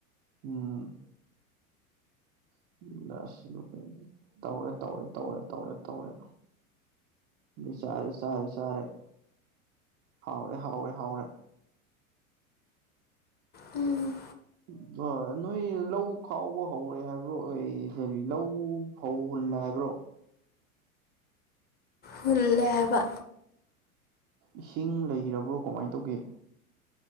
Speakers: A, on the right; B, on the left.
A: ꯎꯝ ꯎ <unintelligible> ꯇꯧꯔꯦ ꯇꯧꯔꯦ ꯇꯧꯔꯦ ꯇꯧꯔꯦ ꯇꯧꯔꯦ ꯑꯗꯩ ꯆꯥꯔꯦ ꯆꯥꯔꯦ ꯆꯥꯔꯦ ꯍꯥꯎꯔꯦ ꯍꯥꯎꯔꯦ ꯍꯥꯎꯔꯦ
B: ꯎꯝ
A: <unintelligible> ꯅꯣꯏ ꯂꯧ ꯈꯥꯎꯕ ꯍꯧꯔꯦ ꯍꯥꯏꯕ꯭ꯔꯣ ꯑꯦ ꯀꯥꯔꯤ ꯂꯧ ꯐꯧ ꯍꯨꯜꯂꯦ ꯍꯥꯏꯕ꯭ꯔꯣ
B: ꯍꯨꯜꯂꯦ ꯍꯥꯏꯕ
A: ꯏꯁꯤꯡ ꯂꯩꯔꯕ꯭ꯔꯣ ꯀꯃꯥꯏ ꯇꯧꯒꯦ